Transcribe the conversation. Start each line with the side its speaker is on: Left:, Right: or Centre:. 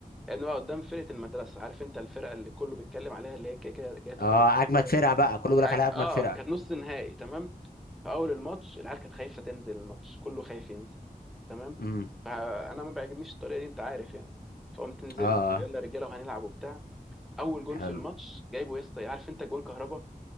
Centre: لعبنا بقى قدام فرقه المدرسه عارف انت الفرقه اللي كله بيتكلم عليها اللي هي كده كده جايه تاخد
Left: اه
Centre: البطوله
Left: اجمد فرقه بقى كله بيقول
Centre: ع-
Left: لك عليها اجمد
Centre: اه
Left: فرقه
Centre: كانت نص نهائي تمام في اول الماتش العيال كانت خايفه تنزل الماتش كله خايف ينزل تمام
Left: امم
Centre: فانا ما بيعجبنيش الطريقه دي انت عارف يعني فقمت نزلت
Left: اه آه.
Centre: يلا يا رجاله وهنلعب وبتاع اول جون
Left: حلو
Centre: في الماتش جايبه يا اسطى عارف انت جون كهربا